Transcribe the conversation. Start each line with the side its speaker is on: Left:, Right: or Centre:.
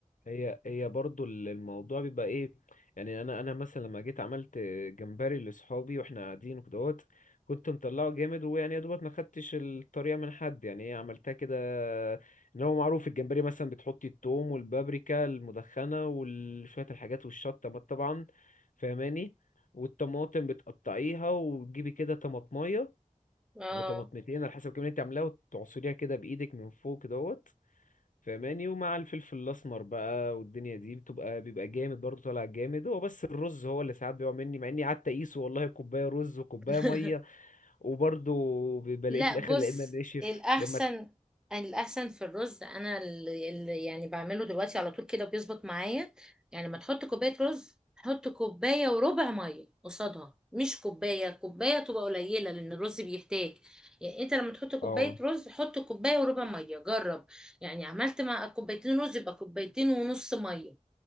Left: هي هي برضو ال- الموضوع بيبقى ايه يعني انا انا مثلا لما جيت عملت جمبري لاصحابي واحنا قاعدين وكدهوت كنت مطلعه جامد ويعني يا دوبك ما خدتش الطريقه من حد يعني ايه عملتها كده ان هو معروف الجمبري مثلا بتحطي التوم والبابريكا المدخنه وشويه الحاجات والشطه بقى طبعا فاهماني والطماطم بتقطعيها وتجيبي كده طماطميه
Centre: اه
Left: او طماطمتين على حسب كمان انت عاملاها وتعصريها كده بايدك من فوق كدهوت فماني ومع الفلفل الاسمر بقى والدنيا دي بتبقى بيبقى جامد برضه طالع جامد هو بس الرز هو اللي ساعات بيقع مني مع اني قعدت اقيسه والله كوبايه رز وكوبايه
Centre: <laughs>
Left: ميه وبرضه ب- بلاقيه
Centre: لا
Left: في الاخر
Centre: بص
Left: لا اما ناشف
Centre: الأحسن
Left: لا اما
Centre: الأحسن في الرز أنا اللي اللي يعني بعمله دلوقتي على طول كده بيظبط معايا يعني لما تحط كوباية رز حط كوباية وربع مية قصادها مش كوباية كوباية تبقى قليلة لأن الرز بيحتاج يعني أنت لما تحط كوباية
Left: اه
Centre: رز حط كوباية وربع مية جرب يعني عملت مع كوبايتين رز يبقى كوبايتين ونص مية